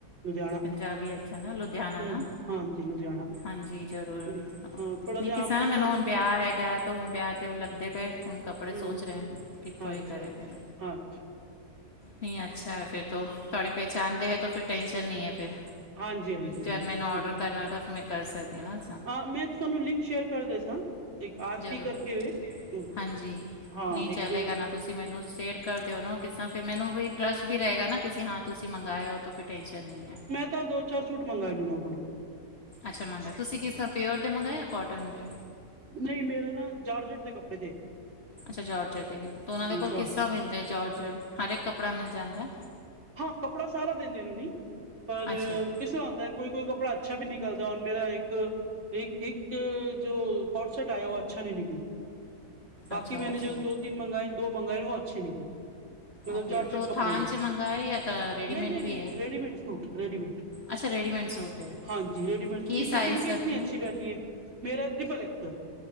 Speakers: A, on the right (about 45°); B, on the left (about 45°).
A: ਲੁਧਿਆਣਾ।
B: ਪੰਜਾਬੀ ਅੱਛਾ ਨਾ ਲੁਧਿਆਣਾ
A: ਹੂ
B: ਨਾ
A: ਹਾਂਜੀ ਲੁਧਿਆਣਾ।
B: ਹਾਂਜੀ ਜ਼ਰੂਰ,
A: ਲੁ ਹਾਂ ਥੋੜਾ
B: ਨਹੀਂ
A: ਜਿਹਾ
B: ਕਿਸੇ
A: ਅੰਮ੍ਰਿਤਸਰ
B: ਮੈਨੂੰ ਹੁਣ ਵਿਆਹ ਹੈਗਾ ਤ ਹੁਣ ਵਿਆਹ ਤੇ ਲੱਗਦੇ ਪਏ। ਹੁਣ ਕੱਪੜੇ
A: ਹੂੰ।
B: ਸੋਚ ਰਹੇ ਕਿੱਥੋਂ ਇਹ
A: ਅੱਛਾ
B: ਕਰੇ ਫਿਰ।
A: ਅੱਛਾ।
B: ਨਹੀਂ ਅੱਛਾ ਹੈ ਫੇਰ ਤੋਂ, ਥੋੜੀ ਪਹਿਚਾਦੇ ਹੈ ਫਿਰ ਟੈਂਨਸ਼ਨ ਨਹੀਂ ਹੈ ਫਿਰ।
A: ਹਾਂਜੀ ਹਾਂਜੀ
B: ਜਦ
A: ਹਾਂਜੀ ਹੂੰ।
B: ਮੈਨੂੰ ਔਡਰ ਕਰਨਾ ਤੇ ਫਿਰ ਮੈਂ ਕਰ ਸਕਦੀ ਹੈ।
A: ਹਾਂ ਮੈਂ ਤੁਹਾਨੂੰ ਲਿੰਕ ਸ਼ੇਅਰ ਕਰ ਦੇੱਸਾਂ, ਇੱਕ ਆਰਤੀ
B: ਜ਼ਰੂਰ
A: ਕਰਕੇ ਸੋ
B: ਹਾਂਜੀ
A: ਹਾਂ,
B: ਨਹੀਂ ਚਲੇਗਾ
A: ਇੱਕ
B: ਨਾ ਤੁਸੀਂ ਮੈਨੂੰ ਸ਼ੇਅਰ ਕਰ ਦਿਓ ਨਾ ਕਿਸ ਤ ਫਿਰ ਮੈਨੂੰ ਵੀ ਟਰੱਸਟ ਵੀ ਰਹੇਗਾ ਨਾ ਕਿ ਹਾਂ ਤੁਸੀਂ ਮੰਗਇਆ ਉਥੋਂ ਦੀ। ਤੋ ਫਿਰ ਟੈਂਸ਼ਨ ਨਹੀਂ ਹੈ।
A: ਤਾ ਦੋ-ਚਾਰ ਸੂਟ ਮੰਗਏ ਨੂੰ ਨਾ ਕੋਲ ਨੂੰ
B: ਅੱਛਾ ਮੰਗਾਇਆ ਤੁਸੀਂ ਕਿਸ ਤਰ੍ਹਾਂ ਪਿਓਰ ਦੇ ਮੰਗਏ ਜਾਂ ਕੋਟਨ ਦੇ?
A: ਨਹੀਂ ਮੇਰੇ ਨਾ ਜਾਰਜਟ ਦੇ ਕੱਪੜੇ ਤੇ।
B: ਅੱਛਾ ਜੋਰਜਟ ਦੇ, ਤਾਂ ਉਹਨਾਂ ਦੇ ਕੋਲ
A: ਜਾ
B: ਕਿ ਤਰ੍ਹਾਂ ਮਿਲਦਾ ਜੋਰਜਟ, ਹਰ ਇੱਕ ਕੱਪੜਾ ਮਿਲ ਜਾਂਦਾ।
A: ਹਾਂ ਕੱਪੜਾ ਸਾਰਾ ਦਿੰਦੇ ਨੂੰ ਨੀ, ਪਰ
B: ਅੱਛਾ
A: ਕਿਸਰਾ ਆਉਂਦਾ। ਕੋਈ- ਕੋਈ ਕੱਪੜਾ ਅੱਛਾ ਵੀ ਨਿਕਲਦਾ ਔ ਮੇਰਾ ਇੱਕ- ਇੱਕ ਜੋ ਕੋਡ ਸੈਟ ਆਇਆ ਉਹ ਅੱਛਾ ਨਹੀਂ ਨਿਕਲਾ। ਬਾਕੀ
B: ਅੱਛਾ
A: ਮੈਂਨੇ
B: ਉਹ ਅੱਛਾ
A: ਜੋ ਦੋ- ਤਿੰਨ ਮੰਗਗਾਏ ਦੋ ਮੰਗਗਾਏ ਨੇ ਉਹ ਅੱਛੇ ਨਹੀਂ। ਜੋਰਜਟ
B: ਓਕੇ ਤਾਂ
A: ਕੱਪੜੇ
B: ਥਾਨ
A: ਦੇ।
B: 'ਚ ਮੰਗਾਏ ਜਾਂ ਤਾਂ ਰੈਡੀਮੇਡ
A: ਨਹੀਂ- ਨਹੀਂ,
B: ਵੀ
A: ਨਹੀਂ- ਨਹੀਂ
B: ਹੈ
A: ਰੇਡੀਮੇਟ ਸੂਟ। ਰੈਡੀਮੇਡ,
B: ਅੱਛਾ ਰੈਡੀਮੇਡ ਸੂਟ ਹੈ
A: ਹਾਂਜੀ ਰੈਡੀਮੇਡ
B: ਕੀ
A: ਓਦੀ
B: ਸਾਈਜ਼
A: ਫਿਟਿੰਗ ਵੀ
B: ਤੱਕ
A: ਇਤਨੀ
B: ਨੇ
A: ਅੱਛੀ ਬੈਠੀ ਐ। ਮੇਰਾ ਟ੍ਰਿਪਲ ਐਕਸਲ।